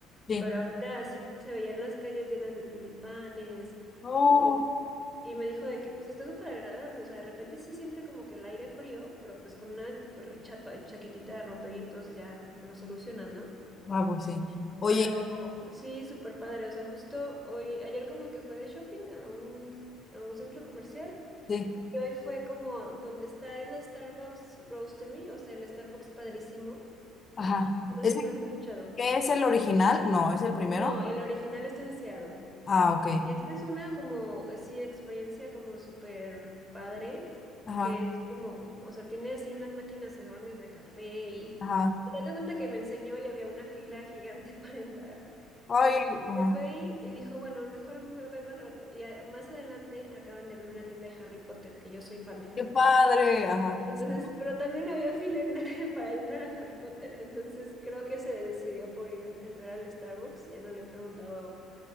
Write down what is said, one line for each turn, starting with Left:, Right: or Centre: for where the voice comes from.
Left: sí.
Right: pero ahorita sí se veían las calles llenas de tulipanes
Left: No.
Right: y, y me dijo de que pues está súper agradable. O sea, de repente se siente como que el aire frío, pero pues con una re- chapa- chaquetita de rompevientos ya lo solucionas, ¿no?
Left: Ah, pues sí. Oye,
Right: Pero sí, súper padre. O sea, justo hoy, ayer como que fue de shopping a un, a un centro comercial
Left: sí.
Right: y hoy fue como donde está el Starbucks Roastery, o sea, el Starbucks padrísimo.
Left: Ajá.
Right: No
Left: ¿Ese
Right: sé si lo has escuchado.
Left: qué es el original? No, es el primero.
Right: No, el original está en Seattle.
Left: Ah, ok.
Right: Esta es una como, así, experiencia como súper padre,
Left: Ajá,
Right: que es como, o sea, tiene así unas máquinas enormes de café y
Left: ajá.
Right: me doy cuenta que me enseñó y había una fila gigante <laughs> para entrar.
Left: Ay,
Right: Entonces
Left: ajá.
Right: se fue ahí y dijo, bueno, mejor me vengo al rato. Y a- más adelante acaban de abrir una tienda de Harry Potter, que yo soy fan de Harry
Left: Qué padre.
Right: Potter.
Left: Ajá.
Right: Entonces,
Left: sí,
Right: pero también había fila en la- <laughs> para entrar a Harry Potter. Entonces creo que se decidió por ir a- entrar al Starbucks. Ya no le he preguntado